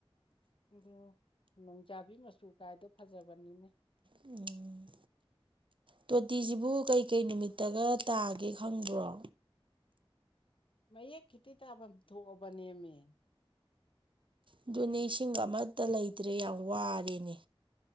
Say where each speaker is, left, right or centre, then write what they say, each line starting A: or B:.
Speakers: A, on the left; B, on the right.
A: ꯎꯝ ꯅꯣꯡꯖꯥꯕꯤ ꯃꯆꯨ ꯀꯥꯏꯗꯣ ꯐꯖꯕꯅꯤꯅꯦ
B: ꯎꯝ ꯇꯣꯇꯤꯁꯤꯕꯨ ꯀꯩꯀꯩ ꯅꯨꯃꯤꯠꯇꯒ ꯇꯥꯒꯦ ꯈꯪꯕ꯭ꯔꯣ
A: ꯃꯌꯦꯛ ꯈꯤꯇꯤ ꯇꯥꯐꯝ ꯊꯣꯛꯑꯕꯅꯦꯃꯦ
B: ꯑꯗꯨꯅꯦ ꯏꯁꯤꯡꯒ ꯑꯃꯠꯇ ꯂꯩꯇ꯭ꯔꯦ ꯌꯥꯝ ꯋꯥꯔꯦꯅꯦ